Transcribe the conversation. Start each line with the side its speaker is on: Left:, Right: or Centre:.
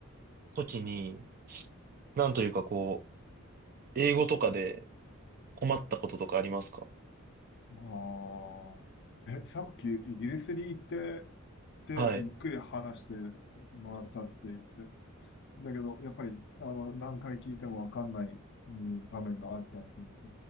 Right: 時に、なんというかこう、英語とかで、困ったこととかありますか
Left: まあ、え、さっきイギリスに行って、で、
Right: はい。
Left: ゆっくり話してもらったって言って、だけど、やっぱり、あの、何回聞いてもわかんない、うん、場面があったって言って